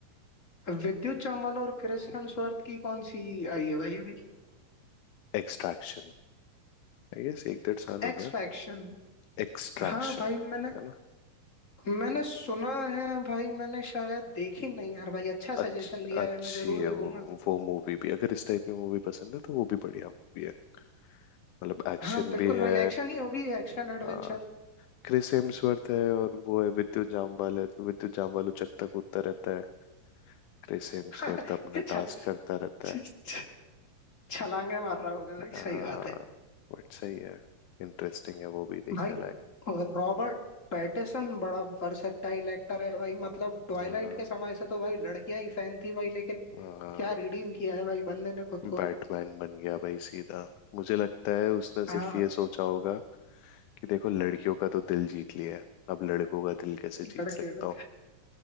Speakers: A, on the left (about 25°); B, on the left (about 75°).
A: विद्युत जामवाल और क्रिस हेम्सवर्थ की कौन सी आई है भाई अभी
B: एक्सट्रैक्शन आई गेस एक डेढ़ साल हो
A: X
B: गए
A: faction
B: एक्सट्रैक्शन
A: हाँ भाई मैंने
B: है ना
A: मैंने सुना है भाई मैंने शायद देखी नहीं यार भाई अच्छा
B: अच्छ,
A: सजेशन दिया
B: अच्छी
A: है मैं जरूर
B: है
A: देखूंगा
B: वो वो मूवी भी अगर इस टाइप में मूवी पसंद है तो वो भी बढ़िया मूवी है मतलब एक्शन
A: हाँ बिल्कुल
B: भी है
A: भाई एक्शन ही होगी एक्शन एडवेंचर
B: हाँ क्रिस हेम्सवर्थ है और वो है विद्युत जामवाल है तो विद्युत जामवाल उचकता कूदता रहता है क्रिस हेम्सवर्थ
A: <laughs>
B: अपना
A: चल
B: टास्क करता रहता
A: छ-
B: है
A: छ- छलांगे मार रहा होगा भाई
B: हाँ
A: सही बात है
B: बट सही है इंटरेस्टिंग है वो भी देखने
A: भाई
B: लायक
A: रॉबर्ट पैटिसन बड़ा वर्सेटाइल एक्टर है भाई मतलब ट्वाइलाइट
B: हाँ
A: के समय से तो भाई लड़कियां ही फैन थी भाई लेकिन
B: हाँ
A: क्या रिडीम किया है भाई बंदे ने खुद को
B: बैटमैन बन गया भाई सीधा मुझे लगता है उसने
A: हाँ
B: सिर्फ ये सोचा होगा कि देखो लड़कियों का तो दिल जीत लिया है अब लड़कों का दिल कैसे जीत
A: लड़कियों
B: सकता हूँ